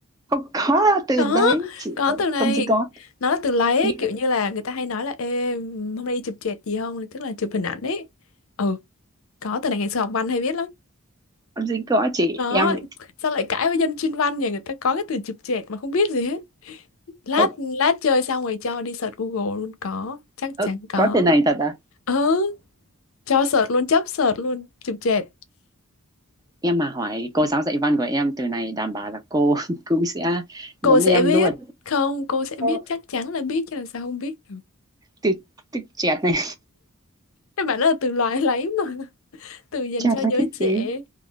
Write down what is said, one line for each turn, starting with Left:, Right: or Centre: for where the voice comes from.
Right: không có từ
Left: Có,
Right: đấy chị
Left: có từ này.
Right: không gì có
Left: Nó là từ lấy ấy,
Right: nghĩa là
Left: kiểu như là người ta hay nói là Ê, hôm nay đi chụp choẹt gì không? Tức là chụp hình ảnh ấy. Ừ, có từ này ngày xưa học văn hay biết lắm.
Right: không gì có chị
Left: Đó,
Right: em
Left: sao lại cãi với dân chuyên văn nhỉ? Người ta có cái từ chụp choẹt mà không biết gì hết. Lát
Right: Ờ,
Left: lát chơi xong rồi cho đi search Google luôn có, chắc
Right: Ơ,
Left: chắn có.
Right: có từ này thật à?
Left: Ừ, cho search luôn, chấp search luôn, chụp choẹt.
Right: Em mà hỏi cô giáo dạy văn của em từ này đảm bảo là cô <laughs> cũng sẽ
Left: cô
Right: giống
Left: sẽ
Right: em
Left: biết
Right: luôn.
Left: không cô sẽ biết
Right: Cô-
Left: chắc chắn là biết chứ làm sao không biết được
Right: Từ, từ chẹt này,
Left: các bạn đó là từ loài lấy mà <laughs> từ
Right: <laughs>
Left: dành
Right: chẹt
Left: cho giới
Right: là cái
Left: trẻ
Right: gì?